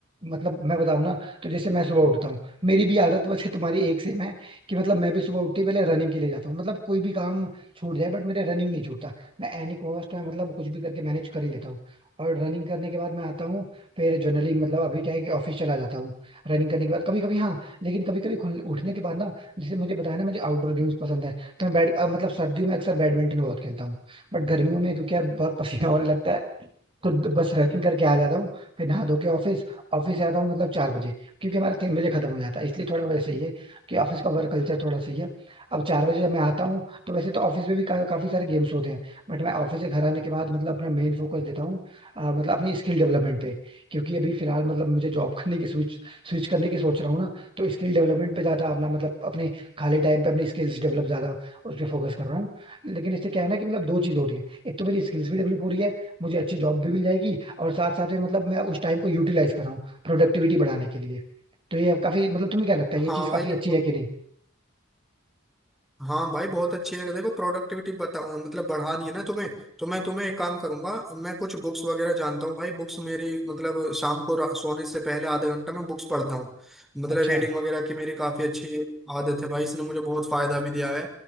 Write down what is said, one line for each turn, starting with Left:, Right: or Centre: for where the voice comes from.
Right: मतलब मैं बताऊं ना तो जैसे मैं सुबह उठता हूँ मेरी भी आदत वैसे तुम्हारी एक सेम है कि मतलब मैं भी सुबह उठते ही पहले रनिंग के लिए जाता हूँ मतलब कोई भी काम छूट जाए बट मेरा रनिंग नहीं छूटता मैं एनी कॉस्ट में मतलब कुछ भी करके मैनेज कर ही लेता हूँ और रनिंग करने के बाद मैं आता हूँ फिर जनरली मतलब अभी क्या है कि ऑफिस चला जाता हूँ रनिंग करने के बाद कभी कभी हाँ लेकिन कभी कभी उठने के बाद ना जैसे मुझे बताया ना मुझे आउटडोर गेम्स पसंद है तो मैं बैड अ, मतलब सर्दियों में अक्सर बैडमिंटन बहुत खेलता हूँ बट गर्मियों में क्योंकि यार बहुत पसीना होने लगता है तो द- बस रनिंग करके आ जाता हूँ फिर नहा धो के ऑफिस ऑफिस से आता हूँ मतलब चार बजे क्योंकि हमारा तीन बजे खत्म हो जाता है इसलिए थोड़ा वैसे ही है कि ऑफिस का वर्क कल्चर थोड़ा सही है अब चार बजे जब मैं आता हूँ तो वैसे तो ऑफिस में भी का, काफी सारे गेम्स होते हैं बट मैं ऑफिस से घर आने के बाद मतलब अपना मेन फोकस देता हूँ अ, मतलब अपनी स्किल डेवलपमेंट पे क्योंकि अभी फिलहाल मतलब मुझे जॉब <laughs> करने की स्विच स्विच करने की सोच रहा हूँ ना तो स्किल डेवलपमेंट पे ज्यादा अपना मतलब अपने खाली टाइम पे अपनी स्किल्स डेवलप ज्यादा उस पर फोकस कर रहा हूँ लेकिन इससे क्या है ना कि मतलब दो चीज हो रही है एक तो मेरी स्किल्स भी डेवलप हो रही है मुझे अच्छी जॉब भी मिल जाएगी और साथ साथ में मतलब मैं उस टाइम को यूटिलाइज कर रहा हूँ प्रोडक्टिविटी बढ़ाने के लिए तो ये काफी मतलब तुम्हें क्या लगता है ये
Centre: हाँ
Right: चीज काफी
Centre: भाई ये
Right: अच्छी
Centre: बहुत
Right: है कि नहीं
Centre: हाँ भाई बहुत अच्छी है देखो प्रोडक्टिविटी बता मतलब बढ़ानी है ना तुम्हें तो मैं तुम्हें एक काम करूंगा मैं कुछ बुक्स वगैरह जानता हूँ भाई बुक्स मेरी मतलब शाम को रा- सोने से पहले आधा घंटा मैं बुक्स पढ़ता हूँ मतलब
Right: अच्छा
Centre: रीडिंग वगैरह की मेरी काफ़ी अच्छी आदत है भाई इसने मुझे बहुत फ़ायदा भी दिया है